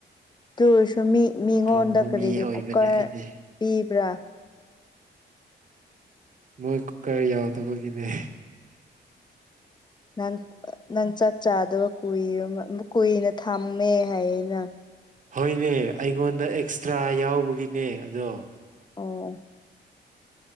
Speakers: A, on the left; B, on the right.
A: ꯑꯗꯨꯑꯣꯏꯁꯨ ꯃꯤ ꯃꯤꯉꯣꯟꯗ
B: ꯊꯣꯡꯕ
A: ꯀꯔꯤꯒꯤ
B: ꯃꯤ ꯑꯣꯏꯕꯅꯦ
A: ꯀꯨꯀꯔ
B: ꯑꯩꯗꯤ
A: ꯄꯤꯕ꯭ꯔꯥ
B: ꯃꯣꯏ ꯀꯨꯀꯔ ꯌꯥꯗꯕꯒꯤꯅꯦ
A: ꯅꯪ ꯅꯪ ꯆꯥꯛ ꯆꯥꯗꯕ ꯀꯨꯏꯔꯥ ꯑꯃ ꯀꯨꯏꯅ ꯊꯝꯃꯦ ꯍꯥꯏꯌꯦꯅ
B: ꯍꯣꯏꯅꯦ ꯑꯩꯉꯣꯟꯗ ꯑꯦꯛꯁꯇ꯭ꯔꯥ ꯌꯥꯎꯕꯒꯤꯅꯦ ꯑꯗꯣ
A: ꯑꯣ